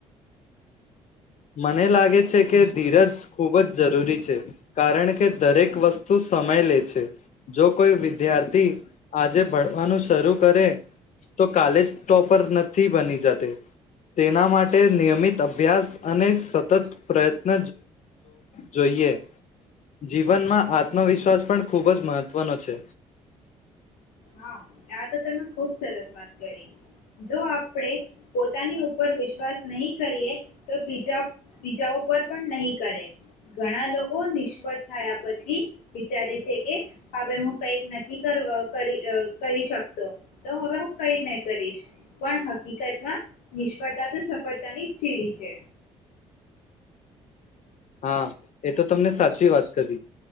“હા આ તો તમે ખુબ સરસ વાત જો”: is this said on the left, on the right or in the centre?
Left